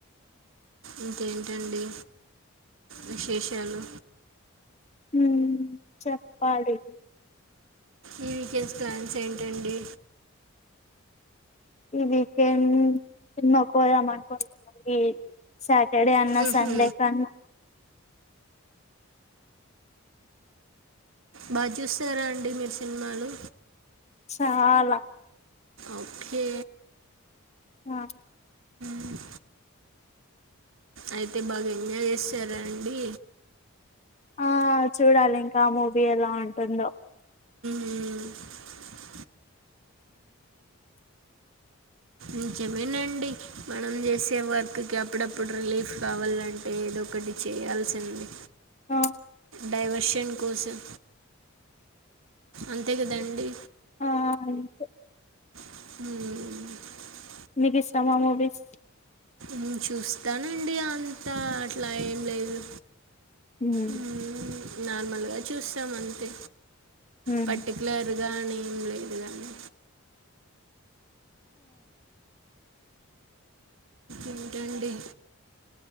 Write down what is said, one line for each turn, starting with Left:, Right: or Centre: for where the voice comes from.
Right: ఇంకేంటి అండి విశేషాలు
Left: మ్ చెప్పాలి
Right: ఈ వీకెండ్స్ ప్లాన్స్ ఏంటండి
Left: ఈ వీకెండ్ సినిమాకుపోదమా అనుకోలేద్ కాబట్టి సట్ టె డెఅన్న
Right: మ్హూ.
Left: సండే కన్నా
Right: బాగా చూస్తారా అండి మీరు సినిమాలు
Left: చాలా
Right: ఓకే
Left: ఆ
Right: మ్మ్. అయితే బాగా ఎంజ్ చేసారా అండి
Left: ఆ చూడాలి ఇంకా మూవీ ఎలా ఉంటుందో
Right: ఉమ్ నిజమేనండి మనం చేసే వర్కుకి అప్పుడప్పుడు రిలీఫ్ కావాలంటే ఏదో ఒకటి చేయాల్సింది
Left: ఆ
Right: డైవర్షన్ కోసం అంతే కదండి
Left: ఆ అంతే
Right: ము
Left: మీకిష్టమా మూవిస్
Right: మ్ చూస్తానండి అంతా అట్లా ఏం లేదు
Left: ఉమ్
Right: మ్మ్, నార్మల్గా చూస్తాం అంతే
Left: ఉమ్
Right: పర్టికులర్ గానీ ఎమ్ లేదు గానీ ఇంకెం క్కండి